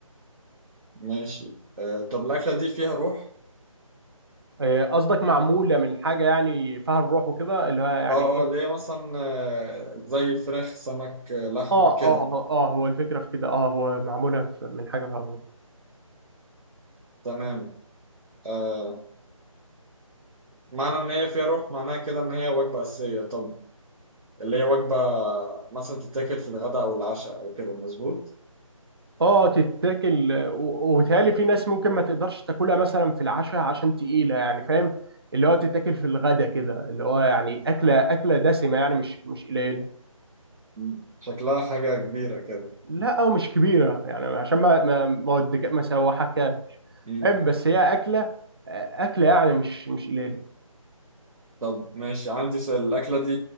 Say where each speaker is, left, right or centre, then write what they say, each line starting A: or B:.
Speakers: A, on the right; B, on the right.
A: ماشي آه طب الأكلة دي فيها روح
B: آه، قصدك معموله من حاجه يعني فيها الروح وكده اللي هو يعني
A: اه
B: ايه
A: اه اللي هي مثلا آه زي فراخ سمك آه لحمة
B: اه
A: كده
B: اه اه آه، هو الفكره في كده اه هو معموله في- من حاجه فيها الروح
A: تمام آه معنى إن هي فيها روح معناها كده إن هي وجبة أساسية طب اللي هي وجبة مثلا تتاكل في الغداء أو العشاء أو كده مظبوط
B: اه تتاكل و- وبيتهيألي في ناس ممكن ما تقدرش تاكلها مثلا في العشاء عشان تقيلة يعني فاهم اللي هو تتاكل في الغدا كده اللي هو يعني أكلة أكلة دسمة يعني مش مش قليلة
A: مم. شكلها حاجة كبيرة كده
B: لا أو مش كبيرة يعني عشان ما ما ما ودك- ما سوحكهاش
A: مم.
B: فاهم بس هي أكلة أكلة يعني مش مش قليلة
A: طب ماشي عندي سؤال الأكلة دي